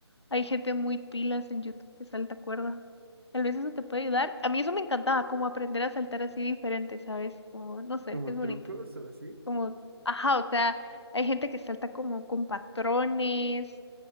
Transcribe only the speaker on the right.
¿Como
trucos o así?